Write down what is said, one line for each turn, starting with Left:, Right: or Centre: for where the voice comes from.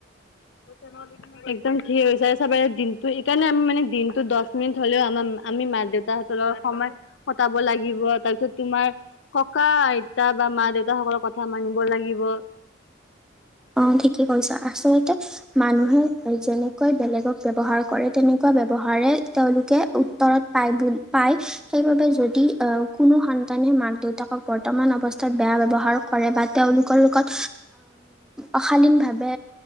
Left: <unintelligible> একদম ঠিক হৈছে আৰু চব দিনটো এইকাৰণে আমি মানে দিনটো দহ মিনিট হ'লেও আমাৰ আমি মা দেউতা সময় কটাব লাগিব তাৰপিছত তোমাৰ থকা আইতা বা মা দেউতা সকলৰ কথা মানিব লাগিব
Centre: অ ঠিকেই কৰিৈছা আচলতে মানুহে যেনেকৈ বেলেগক ব্য্ৱহাৰ কৰে তেনেকুৱা ব্য্ৱহাৰে তেওঁলোকে উত্তৰত প পায় সেইবাবে যদি আহ কোনো সন্তানে মাক দেউতাকক বৰ্তমান অৱস্থা বেয়া ব্যৱহাৰ কৰে বা তেওঁলোকৰ লগত অশালীন ভাৱে